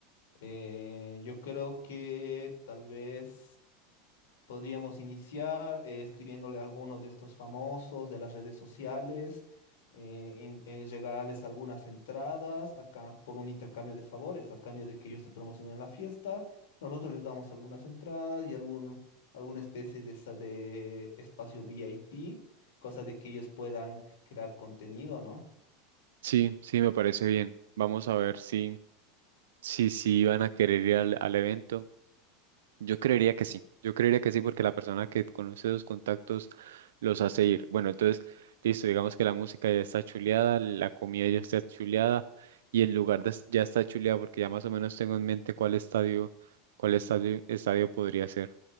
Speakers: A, on the left (about 75°); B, on the right (about 80°).
A: Eh, yo creo que tal vez podríamos iniciar eh, escribiéndole a alguno de estos famosos de las redes sociales, eh, en- eh, regalarles algunas entradas acá por un intercambio de favores, a cambio de que ellos se promocionen la fiesta. Nosotros les damos algunas entradas y algún, alguna especie de, esa de espacio VIP, cosa de que ellos puedan crear contenido, ¿no?
B: Sí, sí, me parece bien. Vamos a ver si, si, si van a querer ir al, al evento. Yo creería que sí. Yo creería que sí, porque la persona que conoce los contactos los hace ir. Bueno, entonces, listo, digamos que la música ya está chuleada, la comida ya está chuleada y el lugar des- ya está chuleado, porque ya más o menos tengo en mente cuál estadio, cuál estadio, estadio podría ser.